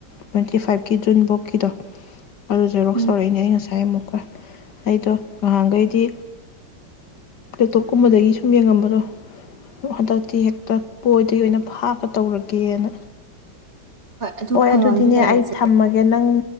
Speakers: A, on the left (about 60°); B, on the right (about 35°).
A: ꯇ꯭ꯋꯦꯟꯇꯤ ꯐꯥꯏꯚꯀꯤ ꯖꯨꯟ ꯕꯣꯛꯀꯤꯗꯣ ꯑꯗꯨ ꯖꯦꯔꯣꯛꯁ
B: ꯎꯝ
A: ꯇꯧꯔꯛꯏꯅꯦ ꯑꯩ ꯉꯁꯥꯏ ꯑꯃꯨꯛ ꯑꯩꯗꯣ ꯉꯍꯥꯟꯒꯩꯗꯤ ꯂꯦꯞꯇꯣꯞ ꯀꯨꯝꯕꯗꯒꯤꯁꯨ ꯌꯦꯡꯉꯝꯕꯗꯣ ꯍꯟꯗꯛꯇꯤ ꯍꯦꯛꯇ ꯄꯣꯏꯗꯩ ꯑꯣꯏꯅ ꯐꯥꯛꯑ ꯇꯧꯔꯒꯦꯅ
B: ꯑꯗꯨ
A: ꯍꯣꯏ
B: ꯐꯕ
A: ꯑꯗꯨꯗꯤꯅꯦ
B: ꯑꯃꯁꯨ ꯂꯩꯔꯤ
A: ꯑꯩ
B: ꯏꯆꯦ
A: ꯊꯝꯃꯒꯦ ꯅꯪ